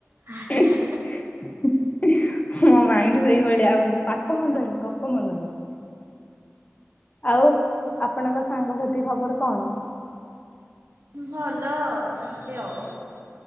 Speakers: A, on the right; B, on the left.
A: ଆଚ୍ଛା
B: ମୋ ମାଇ ସେଇଭଳି ଆଉ ପାଠ ମନି ରହନି ଗପ ମନ ରହ ଆଉ ଆପଣଙ୍କ ସାଙ୍ଗସାଥି ଖବର କଣ?
A: ଭଲ ସେମିତି ଆଉ